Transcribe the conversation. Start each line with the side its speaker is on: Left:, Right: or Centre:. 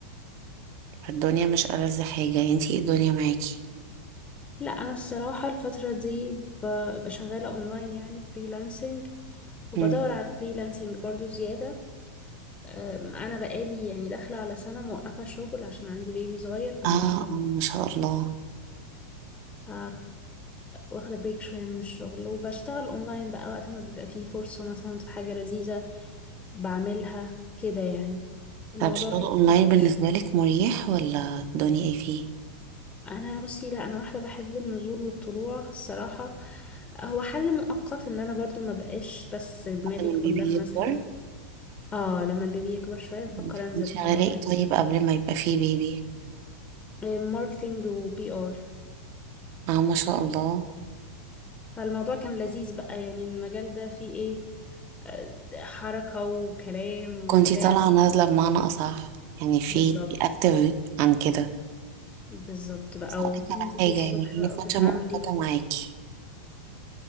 Right: الدنيا مش ألذ حاجة انتي ايه الدنيا معاكي
Left: لا انا الصراحه الفتره دي ب- بشغاله اونلاين يعني فريلانسنج وبدور
Right: مم.
Left: على فريلانسنج برضو زياده أم، انا بقالي يعني داخله على سنه موقفه شغل عشان عندي بيبي صغير فموقفه
Right: اه آه،
Left: شغل.
Right: ما شاء الله
Left: ف واخده بريك شويه من الشغل وبشتغل اونلاين بقى وقت ما بيبقى فيه فرصه مثلا في حاجه لذيذه بعملها كده يعني الموضوع
Right: طب شغل
Left: فليكسبل
Right: اونلاين بالنسبة
Left: شويه
Right: لك مريح ولا الدنيا ايه فيه؟
Left: انا بصي لا انا واحده بحب النزول والطلوع الصراحه هو حل مؤقت ان انا برضو ما بقاش بس دماغي
Right: حتى من البيبي
Left: كلها
Right: يكبر
Left: مثلا اه لما البيبي يكبر شويه بفكر
Right: انت
Left: انزل
Right: كنتي
Left: طبعا
Right: غلاء طيب قبل ما يبقى فيه بيبي
Left: آه، ماركتينج وبي ار
Right: اه ما شاء الله
Left: فالموضوع كان لذيذ بقى يعني المجال ده فيه ايه آه، حركه وكلام
Right: كنتي
Left: وبتاع
Right: طالعة نازلة بمعنى أصح يعني في
Left: بالظبط
Right: أكتر عن كده
Left: بالظبط بقى
Right: بس هقولك
Left: وتنزلي
Right: على حاجة
Left: الصبح
Right: يعني هي
Left: بقى
Right: فترة
Left: وتتعاملي
Right: مؤقتة معاكي